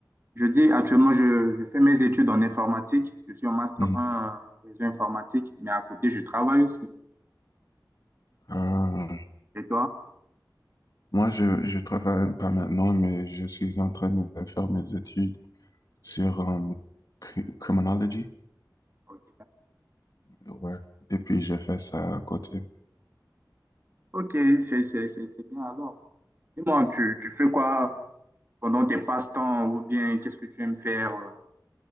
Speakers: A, on the right (about 30°); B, on the left (about 55°).
A: Je dis actuellement, je, je fais mes études en informatique. Je suis en master
B: Hmm.
A: un euh, réseau informatique, mais à côté, je travaille aussi.
B: Ah,
A: Et toi?
B: moi, je, je travaille pas maintenant, mais je suis en train de faire mes études sur euh, cri- criminology.
A: Ok,
B: Ouais. Et puis j'ai fait ça à côté.
A: Ok, c'est c'est- c'est- c'est bien alors. Dis-moi, tu, tu fais quoi pendant tes passe-temps ou bien qu'est-ce que tu aimes faire euh,